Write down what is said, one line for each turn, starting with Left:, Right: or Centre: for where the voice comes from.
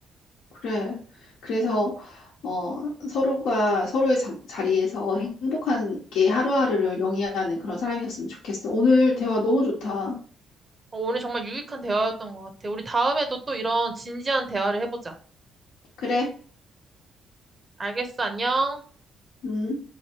Left: 그래. 그래서 어, 서로가 서로의 장- 자리에서 행복하게 하루하루를 영위하는 그런 사람이었으면 좋겠어. 오늘 대화 너무 좋다.
Right: 어, 오늘 정말 유익한 대화였던 것 같아. 우리 다음에도 또 이런 진지한 대화를 해보자.
Left: 그래.
Right: 알겠어, 안녕.
Left: 음.